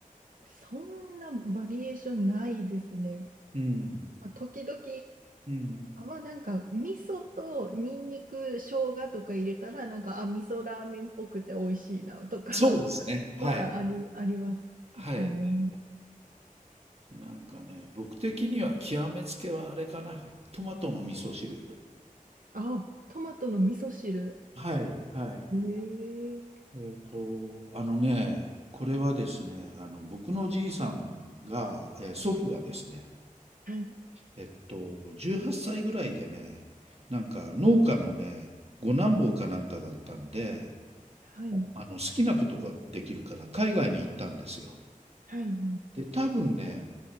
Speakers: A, on the right; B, on the right.
A: そんなバリエーションないですね。
B: うん。
A: まあ、時々
B: うん。
A: あ、まあなんか、味噌とニンニク、生姜とか入れたら、なんか、あ、味噌ラーメンっぽくて美味しいな、とか
B: そうですね。
A: <laughs>
B: はい。
A: はあり、ありますかね。
B: はい。なんかね、僕的には極めつけはあれかな。トマトの味噌汁。
A: あ、トマトの味噌汁。
B: はい、はい。
A: ええ
B: えっと、あのね、これはですね、あの、僕のおじいさんが、えー祖父がですね、
A: はい、
B: えっと、18歳ぐらいでね、なんか農家のね、五男坊かなんかだったんで、
A: はい、
B: あの好きなことができるから海外に行ったんですよ。
A: はい、
B: で、多分ね、